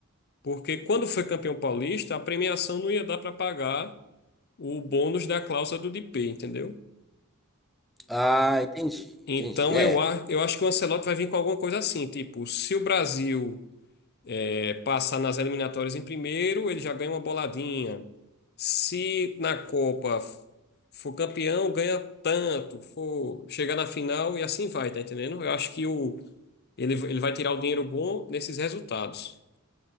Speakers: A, on the left (about 50°); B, in the centre.
A: porque quando foi campeão paulista, a premiação não ia dar para pagar o bônus da cláusula do Depay, entendeu?
B: Ah, entendi,
A: Então
B: entendi. É.
A: eu, a- eu acho que o Ancelotti vai vir com alguma coisa assim, tipo, se o Brasil é, passar nas eliminatórias em primeiro, ele já ganha uma boladinha. Se na Copa f- for campeão, ganha tanto, for chegar na final e assim vai, tá entendendo? Eu acho que o, ele, ele vai tirar o dinheiro bom nesses resultados.